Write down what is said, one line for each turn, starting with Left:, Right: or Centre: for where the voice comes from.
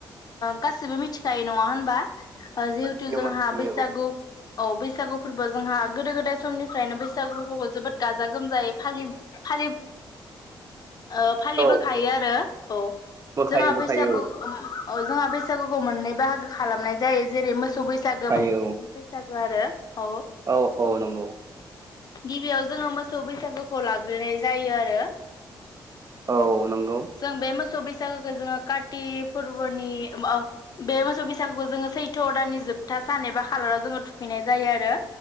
Left: गासिबो मिथिखायो नङा होनबा। जिहुथु
Right: मोनथियो
Left: जोंहा
Right: मोनथियो
Left: बैसागु
Right: औ
Left: औ बैसागु फोरबो जोंहा गोदो गोदाय समनिफ्रायनो बैसागु फोरबोखौ जोबोद गाजा गोमजायै फालि फा <unintelligible> ओ फालिबोखायो
Right: औ
Left: आरो औ
Right: बोखायो
Left: जोंहा
Right: बोखायो
Left: बैसागु
Right: औ
Left: ओ औ जोंहा बैसागुखौ मोननै बाहागो खालामनाय जायो जेरै मोसौ बैसागो
Right: बोखायो
Left: बा मानसिनि बैसागु। आरो औ
Right: औ औ नंगौ
Left: गिबियाव जों मोसौ बै सागुखौ लाग्रोनाय जायो आरो।
Right: औ नंगौ
Left: जों बे मोसौ बैसागुखौ जोङो काति फोरबोनि ओ बे मोसौ बैसागुखौ जोङो सैथ' दाननि जोबथा सान एबा खालाराव जोङो थुखैनाय जायो आरो।